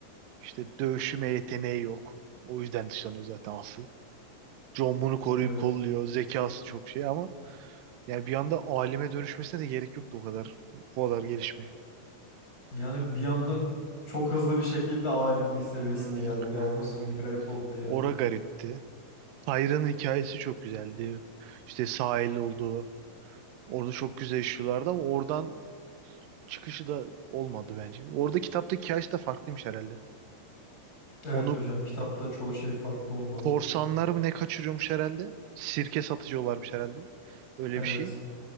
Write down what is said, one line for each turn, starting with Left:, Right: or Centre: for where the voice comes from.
Right: İşte dövüşüme yeteneği yok. O yüzden dışlanıyor zaten asıl. John bunu koruyup
Left: Evet.
Right: kolluyor. Zekası çok şey ama yani bir anda alime dönüşmesine de gerek yoktu o kadar. O kadar gelişmiyor.
Left: Yani bir anda çok hızlı bir şekilde alimlik seviyesine
Right: Hmm.
Left: geldi
Right: <laughs>
Left: ya. Orası bir garip oldu yani.
Right: Ora garipti. Tyra'nın hikayesi çok güzeldi. İşte sahil olduğu. Orada çok güzel işliyorlardı ama oradan çıkışı da olmadı bence. Orada kitapta hikayesi de farklıymış herhalde.
Left: Evet
Right: Onu
Left: hocam. Kitapta çoğu şey farklı olmalı.
Right: korsanlar mı ne kaçırıyormuş herhalde? Sirke satıcı olarmış herhalde. Öyle
Left: Evet.
Right: bir şey.